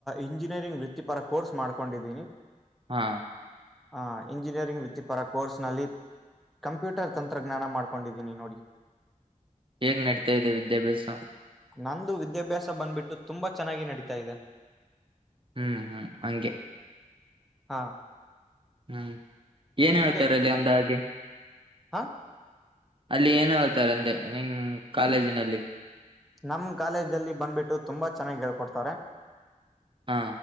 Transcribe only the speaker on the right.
ಹಾ
ಹೇಗ್ ನಡೀತಾ ಇದೆ ವಿದ್ಯಾಭ್ಯಾಸ
ಹ್ಮ್ ಹ್ಮ್ ಹಂಗೆ
ಹ್ಮ್ ಏನ್
ಹೇಳ್ತರಲ್ಲಿ ಅಂದ ಹಾಗೆ
ಅಲ್ಲಿ ಏನ್ ಹೇಳ್ತಾರಂದೆ ನಿಮ್ ಕಾಲೇಜಿನಲ್ಲಿ
ಹಾ